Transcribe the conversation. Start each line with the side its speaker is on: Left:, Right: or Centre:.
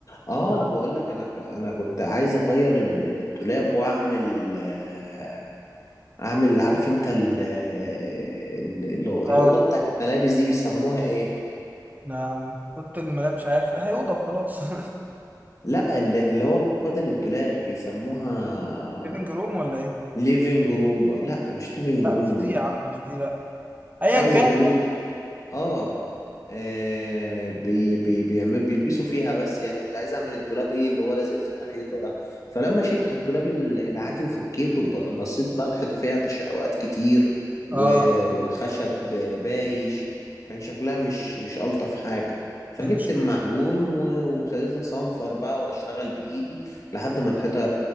Left: اه
Right: ولا لا
Left: بقول لك انا ك- انا كنت عايز اغير ال- الدولاب واعمل آه، اعمل عارف انت ال- ال- ال-
Right: اه
Left: الاوضه بتاعت الملابس دي بيسموها ايه
Right: انا قلت الملاك مش عارف هي اوضة وخلاص <laughs>
Left: لا ال- اللي هو بدل الدولاب بيسموها
Right: ليفنج روم ولا ايه
Left: ليفينج روم لا مش ليفينج
Right: لا
Left: روم
Right: مش دي يا عم مش دي لا ايا
Left: حاجه زي
Right: كان
Left: كلوز اه, آه بي بي بيعمل بيلبسوا فيها بس يعني كنت عايز اعمل الدولاب ايه اللي هو لازق في الحيطه ده فلما شلت الدولاب ال- العادي وفكيته ب- بصيت بقى الحيطه فيها تشققات كتير و-
Right: اه
Left: والخشب بايش كان شكلها مش مش الطف حاجه فجبت
Right: دي مش
Left: المعجون و- وابتديت اصنفر بقى واشتغل بايدي لحد ما الحيطه